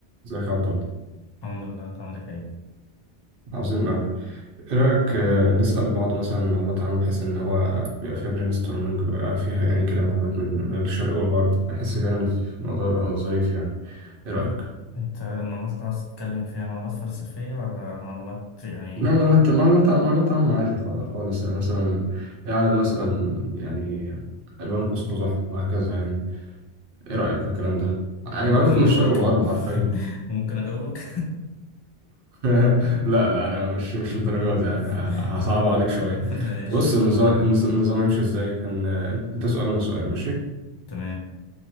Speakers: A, on the right (about 55°); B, on the left (about 35°).
A: ازيك يا عبد الله
B: الحمد لله انت عامل ايه يا كريم
A: عظيم أوي إيه رأيك آه، نسأل بعض مثلا معلومات عامة بحيث إن هو بيبقى فيها برين ستورمنج بيبقى فيها يعني كده معلومات من من الشرق والغرب بحس كده إن في موضوع يبقى ظريف يعني إيه رأيك؟
B: انت المعلومات اللي عاوز تتكلم فيها معلومات فلسفية ولا معلومات يعني
A: لا معلومات معلومات عامة- معلومات عامة عادي خ- خالص يعني مثلا إيه عدد مثلا يعني ألوان قوس قزح وهكذا يعني إيه رأيك في الكلام ده؟ يعني
B: ممكن
A: معلومات
B: اجاوبك
A: من الشرق والغرب حرفيا
B: <laughs> ممكن اجاوبك
A: <laughs> لا لا انا مش مش
B: <laughs>
A: للدرجه دي يعني ه- هصعب عليك شويه
B: ماشي
A: بص النظام النظ- النظام هيمشي ازاي هن... انت سؤال وانا سؤال ماشي
B: تمام